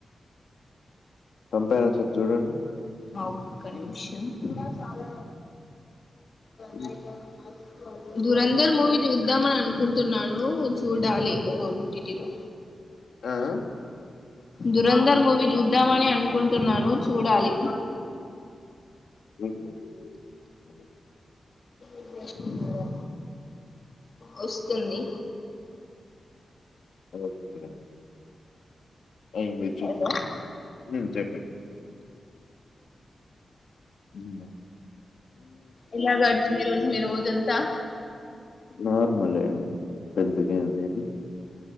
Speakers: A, on the left; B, on the left.
A: పంపాను ఒకసార్ చూడండి?
B: ఆ ఒక్క నిమిషం మల్లొగాల
A: హ్మ్.
B: నైట్ అయిందన్ దురంధర్ మూవీ జూద్దామని అనుకుంటున్నాను, చూడాలి ఓ టి టి లో
A: ఆ ఆ
B: దురంధర్ మూవీ జూద్దామని అనుకుంటున్నాను, చూడాలి.
A: <inaudible>
B: <unintelligible> ష్కున్నారా వస్తుంది
A: ఓకే అయి మీరు చూస్కో
B: హలో
A: ఉమ్ చెప్పండి ఉంబ
B: ఎలా గడిచింది ఈ రోజు మీరుజు ఇదంత
A: నార్మలే అండి పెద్దగా ఏమి లేదు